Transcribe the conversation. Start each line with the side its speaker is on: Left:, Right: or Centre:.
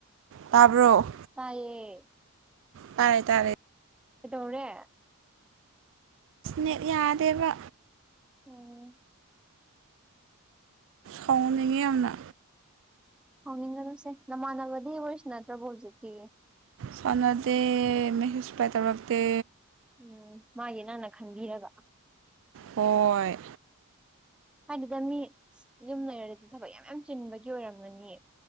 Right: ꯇꯥꯕ꯭ꯔꯣ
Centre: ꯇꯥꯏꯌꯦ
Right: ꯇꯥꯏꯌꯦ ꯇꯥꯔꯦ
Centre: ꯀꯩꯗꯧꯔꯦ
Right: ꯅꯦꯠ ꯌꯥꯗꯦꯕ
Centre: ꯎꯝ
Right: ꯀꯥꯎꯍꯟꯅꯤꯡꯉꯤ ꯌꯥꯝꯅ
Centre: ꯍꯥꯎꯅꯤꯡꯉꯅꯨꯁꯦ ꯅꯃꯥꯟꯅꯕꯗꯤ ꯋꯥꯔꯤ ꯁ꯭ꯅꯗ꯭ꯔꯕꯣ ꯍꯧꯖꯤꯛꯇꯤ
Right: ꯁꯥꯟꯅꯗꯦ ꯃꯦꯍꯦꯁꯄꯥꯏ ꯇꯧꯔꯛꯇꯦ
Centre: ꯎꯝ ꯃꯥꯒꯤ ꯅꯪꯅ ꯈꯟꯕꯤꯔꯒ
Right: ꯍꯣꯏ
Centre: ꯍꯥꯏꯗꯨꯗ ꯃꯤ ꯌꯨꯝ ꯂꯩꯔꯗꯤ ꯊꯕꯛ ꯌꯥꯝ ꯌꯥꯝ ꯆꯤꯟꯕꯒꯤ ꯑꯣꯏꯔꯝꯂꯅꯤꯌꯦ